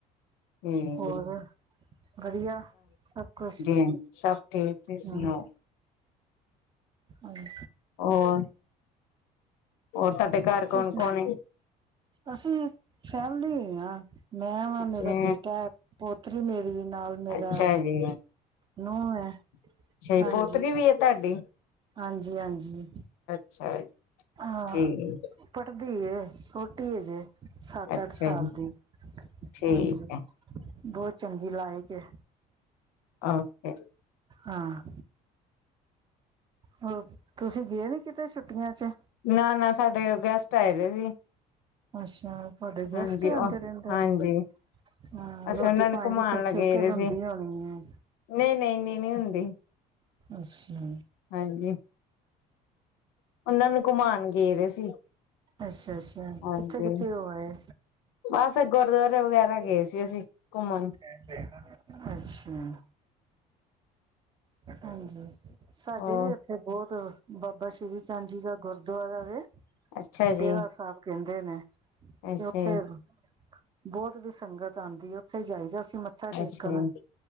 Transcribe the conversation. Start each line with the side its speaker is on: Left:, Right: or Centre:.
Left: ਹੂੰ ਹਾਂਜੀ।
Right: ਹੋਰ ਵਧੀਆ ਸਭ ਕੁਛ
Left: ਹਾਂਜੀ ਸਭ ਠੀਕ ਤੁਸੀਂ
Right: ਹਮ
Left: ਸੁਣਾਓ
Right: ਹਾਂ।
Left: ਹੋਰ ਹੋਰ ਤੁਹਾਡੇ ਘਰ ਕੌਣ
Right: ਤੁਸੀਂ
Left: ਕੌਣ?
Right: ਅਸੀਂ ਫੈਮਲੀ ਹਾਂ ਮੈਂ ਵਾਂ
Left: ਅੱਛਾ
Right: ਮੇਰਾ ਬੇਟਾ ਪੋਤਰੀ ਮੇਰੀ ਨਾਲ ਮੇਰਾ
Left: ਅੱਛਾ ਜੀ
Right: ਨੂੰਹ ਹੈ।
Left: ਅੱਛਾ ਜੀ,
Right: ਹਾਂਜੀ
Left: ਪੋਤਰੀ ਵੀ ਹੈ ਤੁਹਾਡੀ?
Right: ਹਾਂਜੀ -ਹਾਂਜੀ।
Left: <unintelligible>
Right: ਹਾਂ
Left: ਠੀਕ
Right: ਪੜ੍ਹਦੀ ਏ, ਸੋਟੀ ਹੈ ਹਜੇ। ਸੱਤ,
Left: ਅੱਛਾ
Right: ਅੱਠ ਸਾਲ
Left: ਜੀ
Right: ਦੀ
Left: ਠੀਕ
Right: ਹਾਂਜੀ।
Left: ਹੈ
Right: ਬਹੁਤ ਚੰਗੀ ਲਾਇਕ ਹੈ।
Left: ਓਕੇ।
Right: ਹਾਂ ਹੋ ਤੁਸੀਂ ਗਏ ਨੀ, ਕਿਤੇ ਛੁੱਟੀਆਂ ਚ?
Left: ਨਾ -ਨਾ, ਸਾਡੇ ਗੈਸਟ ਆਏ ਪਏ ਸੀ।
Right: ਅੱਛਾ, ਤੁਹਾਡੇ ਗੈਸਟ
Left: ਹਾਂਜੀ
Right: ਹੀ ਆਉਂਦੇ
Left: ਉਹ
Right: ਰਹਿੰਦੇ
Left: ਹਾਂਜੀ
Right: ਜੀ। ਹਾਂ,
Left: ਅਸੀਂ
Right: ਰੋਟੀ
Left: ਉਹਨਾਂ ਨੂੰ
Right: ਪਾਣੀ
Left: ਘੁਮਾਉਣ
Right: ਦੀ ਫਿਰ
Left: ਲਗੇ
Right: ਖੇਚਲ
Left: ਦੇ
Right: ਹੁੰਦੀ
Left: ਸੀ
Right: ਹੋਣੀ ਹੈ।
Left: ਨਹੀਂ ਨਹੀਂ ਨੀ ਨੀ ਹੁੰਦੀ
Right: ਅੱਛਾ।
Left: ਹਾਂਜੀ ਉਹਨਾਂ ਨੂੰ ਘੁੰਮਾਉਣ ਗਏ ਪਏ ਸੀ।
Right: ਅੱਛਾ ਅੱਛਾ
Left: ਹਾਂਜੀ,
Right: ਕਿੱਥੇ ਕਿੱਥੇ ਹੋ ਆਏ
Left: ਬਸ ਗੁਰਦੁਆਰੇ ਵਗੈਰਾ ਗਏ ਸੀ ਅਸੀਂ। ਘੁੰਮਣ।
Right: ਅੱਛਾ। ਹਾਂਜੀ, ਸਾਡੇ
Left: ਹੋਰ
Right: ਵੀ ਇੱਥੇ ਬਹੁਤ ਬਾਬਾ ਸ਼੍ਰੀ ਚੰਦ ਜੀ ਦਾ ਗੁਰਦੁਆਰਾ ਵੇ,
Left: ਅੱਛਾ ਜੀ
Right: ਡੇਰਾ ਸਾਹਿਬ ਕਹਿੰਦੇ ਨੇ
Left: ਅੱਛਾ
Right: ਤੇ ਉੱਥੇ
Left: ਜੀ
Right: ਬਹੁਤ ਵੀ ਸੰਗਤ ਆਉਂਦੀ ਉੱਥੇ ਜਾਈਦਾ ਸੀ। ਮੱਥਾ ਟੇਕਣ
Left: ਅੱਛਾ ਜੀ